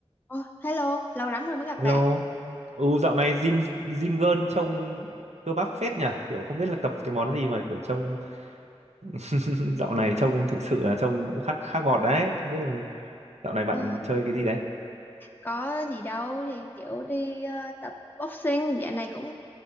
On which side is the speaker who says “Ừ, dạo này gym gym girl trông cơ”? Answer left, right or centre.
Right